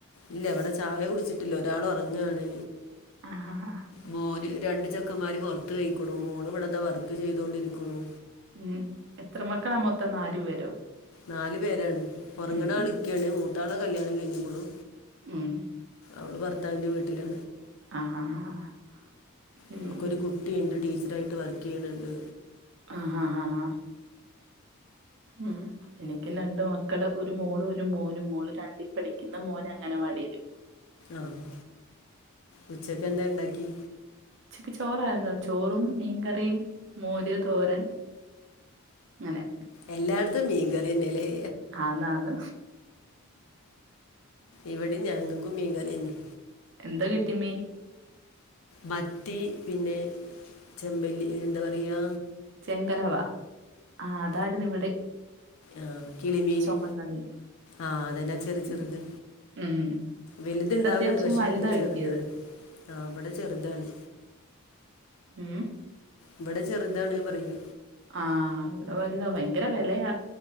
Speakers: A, on the left; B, on the right.
A: ഇല്ല ഇവിടെ ചായ കുടിച്ചിട്ടില്ല ഒരാള് ഉറങ്ങാണ്.
B: ആഹ്
A: മോന് രണ്ട് ചെക്കന്മാര് പുറത്ത് കഴിക്കണു മോള് ഇവിടെന്തോ വർക്ക് ചെയ്തോണ്ടിരിക്കുന്നു
B: മം എത്ര മക്കളാ മൊത്തം നാലു പേരോ
A: നാല് പേരാണ് ഒറങ്ങണ
B: ഉം
A: ആള് ഇക്കാണ് മൂത്ത ആള് കല്യാണം കഴിഞ്ഞേക്ക്ണു
B: ഉം
A: അവള് ഭർത്താവിന്റെ വീട്ടിലാ
B: ആഹ് ഹാ ആഹ് ഉം
A: അവൾക്കൊരു കുട്ടിയുണ്ട് ടീച്ചറായിട്ട് വർക്ക് ചെയ്യുന്നുണ്ട്
B: ആഹ് ആഹ് ഹാ ഉം എനിക്കും രണ്ട് മക്കള് ഒരു മോളും ഒരു മോനും മോള് രണ്ടി പഠിക്കുന്ന് മോന് അംഗൻ വാടിയില് <inaudible>
A: ആഹ് ഉച്ചക്ക് എന്താ ഉണ്ടാക്കി
B: ഉച്ചക്ക് ചോറായിരുന്നു ചോറും മീൻകറിയും മോര് തോരൻ അങ്ങനെ
A: എല്ലായിടത്തും മീൻകറിതന്നെയല്ലേ
B: ആന്ന് ആന്ന്
A: ഇവിടെ ഞങ്ങക്കും മീൻ കറി തന്നെയാ
B: എന്താ കിട്ടി മീൻ
A: മത്തി പിന്നെ ചെമ്പല്ലി എന്താ പറയാ
B: ചെങ്കലവ ആഹ് അതായിരുന്നു ഇവിടെ
A: ആഹ് കിളിമീന്
B: ചുമന്ന മീൻ
A: ആഹ് അതന്നെ ചെറിയ ചെറുത്
B: ഉം. ഉം.
A: വലുത്
B: ഇവിടെ
A: ഇണ്ടാവലുണ്ട്
B: അത്യാവശ്യം
A: പക്ഷെ
B: വലുതാ
A: ഇത്
B: കിട്ടിയത്
A: ചെറുതാണ് ആഹ് ഇവിടെ ചെറുതാണ്
B: ഉം
A: ഇവിടെ ചെറുതാണ് പറയ
B: ആഹ് ഇവിടെ വലുതാ ഭയങ്കര വിലയാ